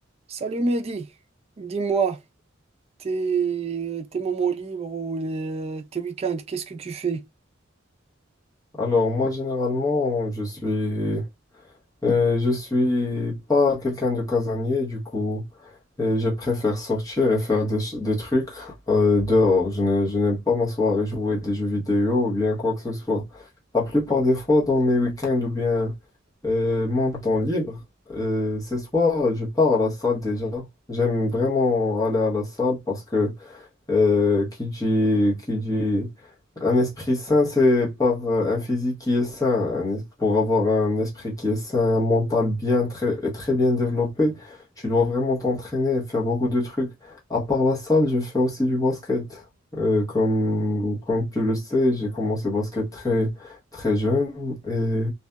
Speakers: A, on the right (about 30°); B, on the left (about 20°).
A: Salut Mehdi, dis-moi, tes, tes moments libres ou les- tes week-ends, qu'est-ce que tu fais?
B: Alors moi généralement je suis euh, je suis pas quelqu'un de casanier du coup et je préfère sortir et faire des, ch- des trucs euh, dehors. Je ne- je n'aime pas m'asseoir et jouer des jeux vidéo ou bien quoi que ce soit. La plupart des fois dans mes week-ends ou bien euh, mon temps libre, euh, c'est soit je pars à la salle déjà. J'aime vraiment aller à la salle parce que euh, qui dit, qui dit un esprit sain, c'est par euh, un physique qui est sain. Un es- pour avoir un esprit qui est sain, un mental bien, très, très bien développé, tu dois vraiment t'entraîner et faire beaucoup de trucs. À part la salle, je fais aussi du basket. Euh, comme, comme tu le sais, j'ai commencé le basket très, très jeune et